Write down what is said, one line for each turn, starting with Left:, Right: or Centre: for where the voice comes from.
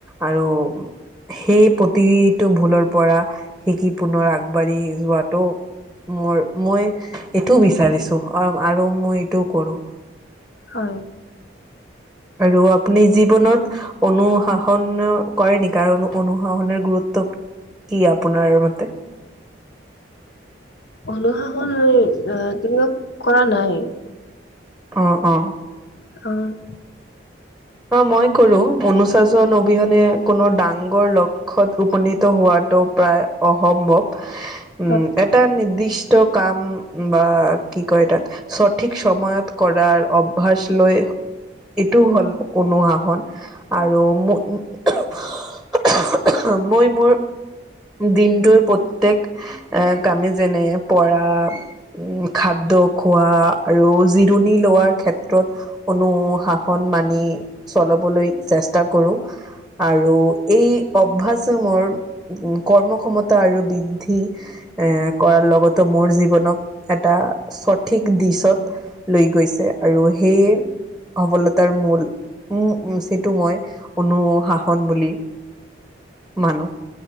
Centre: আৰু- সেই প্ৰতিটো ভুলৰ পৰা শিকি পুনৰ আগবাঢ়ি যোৱাটো- মোৰ মই এইটো বিচাৰিছো অঁ আৰু মই এইটো কৰো।
Left: হয়।
Centre: আৰু আপুনি জীৱনত- অনুশাসন কৰে নেকি? আৰু অনুশাসনৰ গুৰুত্ব- কি আপোনাৰ মতে?
Left: অনুশাসন এই এ তেনেকুৱা কৰা নাই।
Centre: অঁ' অঁ'।
Left: অঁ'
Centre: অঁ' মই কৰো অনুশাসন অবিহনে কোনো ডাঙৰ লক্ষ্যত উপনীত হোৱাটো- প্ৰায় অসম্ভৱ।
Left: <inaudible>
Centre: উম' এটা নিৰ্দিষ্ট কাম বা কি কয় তাত- সঠিক সময়ত কৰাৰ অভ্যাস লৈ এইটো হ'ল- অনুশাসন। আৰু মো- মই মোৰ দিনটোৰ প্ৰত্যেক- এঁ কামে যেনে পঢ়া- উম' খাদ্য খোৱা আৰু জিৰণি লোৱাৰ ক্ষেত্ৰত- অনুশাসন মানি চলবলৈ চেষ্টা কৰো। আৰু এই অভ্যাসে মোৰ- কৰ্ম ক্ষমতা আৰু বৃদ্ধি- এঁ কৰাৰ লগতে মোৰ জীৱনক এটা সঠিক দিশত- লৈ গৈছে আৰু সেই সফলতাৰ মূল- উম উম সেইটো মই অনুশাসন বুলি- মানো।